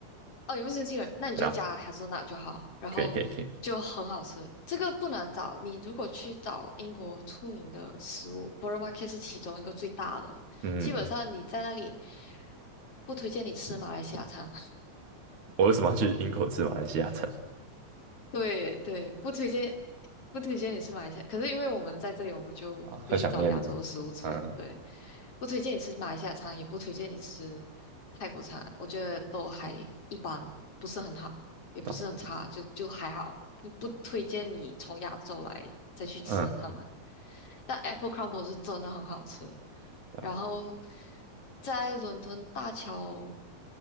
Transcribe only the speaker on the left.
哦，也不是新人，那你就加哈森纳就好，
然后就很好吃。
这个不难找，你如果去找英国出名的食物 b o r o m a r k e t 是其中一个最大的，
基本上你在那里不推荐你吃马来西亚餐。
对对，不推荐，不推荐你吃马来西亚。可是因为我们在这里，我们就会去找亚洲的食物吃。
对，不推荐你吃马来西亚餐，也不推荐你吃泰国餐。我觉得都还一般，不是很好，也不是很差，
就就还好。不不推荐你从亚洲来再去吃他们。
但 Apple Crumble 是真的很好吃。
然后在伦敦大桥